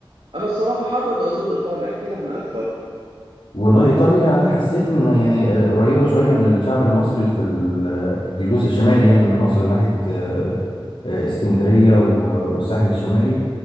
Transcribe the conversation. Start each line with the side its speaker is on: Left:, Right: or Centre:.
Right: انا الصراحه حابب ازور ايطاليا احكي لي عنها اكثر
Left: والله إيطاليا أنا حسيت إن يعني آه، قريبة شوية من الشعب المصري في ال- آه، الجزء الشمالي يعني من مصر ناحية آه، آه، اسكندرية و- والساحل الشمالي